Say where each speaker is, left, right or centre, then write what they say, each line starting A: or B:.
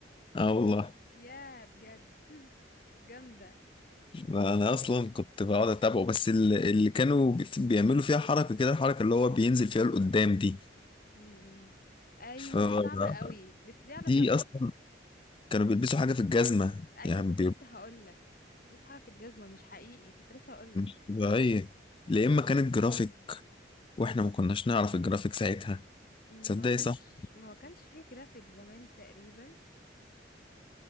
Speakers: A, on the left; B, on the left.
A: اه والله
B: يا بجد <laughs> جامده
A: ده أنا أصلا كنت بقعد أتابعه بس اللي, اللي كانوا بي- بيعملوا فيها حركة كده الحركة اللي هو بينزل فيها لقدام دي
B: م-م. ايوه
A: فدي
B: دي صعبه قوي بس دي علشان
A: أصلا كانوا بيلبسوا حاجة في الجزمة
B: ايوه
A: يعني
B: كنت لسه هقول لك فلوس حاجه في الجزمه مش حقيقي كنت لسه هقول لك
A: مش طبيعية لا إما كانت جرافيك وإحنا ما كناش نعرف الجرافيك ساعتها
B: ما
A: تصدقي
B: كانش
A: صح؟
B: ما كانش فيه جرافيك زمان تقريبا